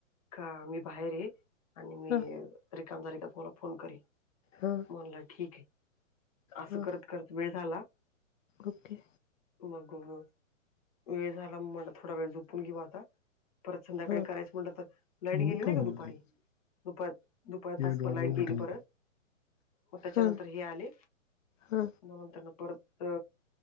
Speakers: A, on the left (about 30°); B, on the left (about 70°).
A: का मी बाहेर ये आणि मी
B: ह
A: रिकाम झाले का पुन्हा फोन करील
B: ह
A: म्हणलं ठीक ये असं
B: ह
A: करत करत वेळ झाला.
B: ओके.
A: मग व वेळ झाला म्हणलं थोडा वेळ झोपून घेऊ आता परत संध्याकाळी
B: ह
A: करायचं म्हणलं तर, लाईट
B: मोठ
A: गेली नाही
B: एक
A: का दुपारी दुपात दुपा तासभर
B: डोळा
A: लाईट
B: उघडा
A: गेली
B: ठेवून
A: परत मग त्याच्यानंतर
B: ह
A: अ हे आले
B: हा
A: मग नंतरन परत अ